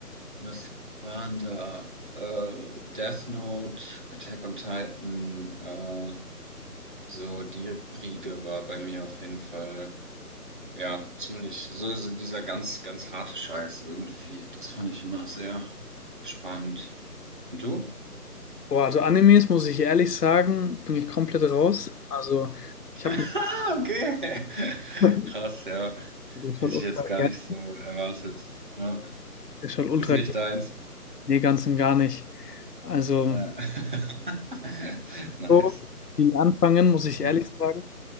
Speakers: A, on the right; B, on the left.
A: was waren da? Äh, Death Note, Attack on Titan, äh, so die Riege war bei mir auf jeden Fall, ja, ziemlich, so, so dieser ganz, ganz harte Scheiß irgendwie. Das fand ich immer sehr spannend. Und du?
B: Boah, also Animes, muss ich ehrlich sagen, bin ich komplett raus. Also ich habe...
A: Ah, okay. <laughs>
B: <laughs>
A: Krass, ja.
B: Der schaut
A: Hätte ich
B: ultra
A: jetzt gar
B: gerne.
A: nicht so erwartet. Ja.
B: Der schaut ultra
A: Ist nicht
B: gerne.
A: deins.
B: Nee, ganz und gar nicht. Also
A: Ja. <laughs> Nice.
B: so viel anfangen, muss ich
A: Ja.
B: ehrlich sagen.